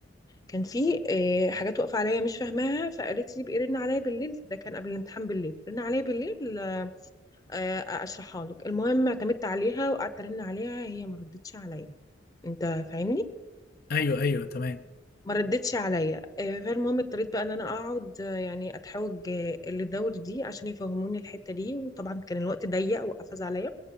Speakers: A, on the left; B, on the left.
A: كان في آه، حاجات واقفه عليا مش فاهماها فقالت لي بقى رن عليا بالليل ده كان قبل الامتحان بالليل رن عليا بالليل آه، اشرحها لك المهم اعتمدت عليها وقعدت ارن عليها هي ما ردتش عليا انت فاهمني
B: ايوه ايوه تمام
A: ما ردتش عليا آه، فالمهم اضطريت بقى ان انا اقعد آه، يعني اتحوج آه، للدول دي عشان يفهموني الحته دي وطبعا كان الوقت ضيق وقفز عليا